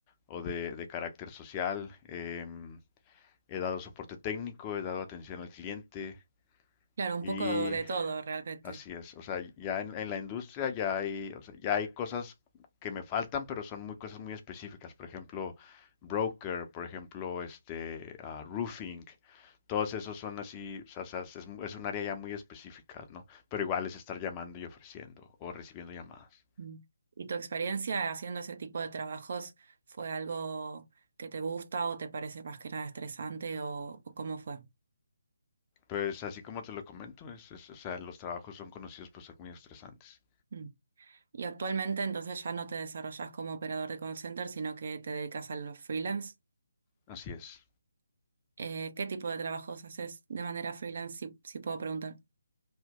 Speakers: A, on the left; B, on the right.
A: o de, de carácter social. em, he dado soporte técnico, he dado atención al cliente
B: Claro, un
A: y
B: poco de todo realmente.
A: Así es, o sea, ya en, en la industria ya hay, o sea, ya hay cosas que me faltan, pero son muy cosas muy específicas. Por ejemplo, broker, por ejemplo, este ah, roofing, todos esos son así, o sea, o sea, es, es un área ya muy específica, ¿no? Pero igual es estar llamando y ofreciendo o recibiendo llamadas.
B: Mm. ¿Y tu experiencia haciendo ese tipo de trabajos fue algo que te gusta o te parece más que nada estresante o, o cómo fue?
A: Pues así como te lo comento, es, es- o sea, los trabajos son conocidos por ser muy estresantes.
B: Mm. Y actualmente entonces ya no te desarrollas como operador de call center, sino que te dedicas a los freelance.
A: Así es.
B: Eh, ¿qué tipo de trabajos haces de manera freelance, si, si puedo preguntar?